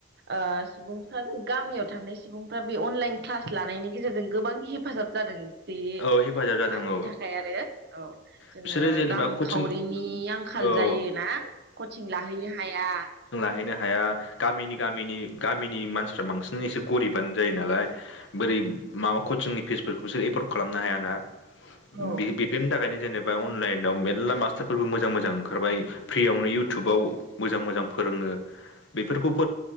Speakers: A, on the right; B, on the left.
A: ओ सुबुंफ्रा गामियाव थानाय सुबुंफ्रा बे अनलाइन क्लास लानायनि गेजेरजों गोबां हेफाजाब जादों। बे
B: औ हेफाजाब जादों
A: आंनि
B: औ
A: थाखाय आरो औ जोङो
B: बिसोरो जेनेबा
A: रांखावरिनि
B: कचिं
A: आं आखाल
B: औ
A: जायोना कचिं लाहैनो हाया
B: हैनो हाया गामिनि-गामिनि-गामिनि मानसिफ्रा बांसिन एसे गरिबानो जायो नालाय बोरै माबा कचिंनि फिसफोरखौ <unintelligible> खालामनो हायाना।
A: औ
B: बे बेफोरनि थाखायनो जेनेबा अनलाइनाव मेरला मास्टारफोरबो मोजां-मोजां ओंखारबाय। फ्रियावनो इउटुबाव मोजां-मोजां फोरोङो। बेफोरखौ <unintelligible>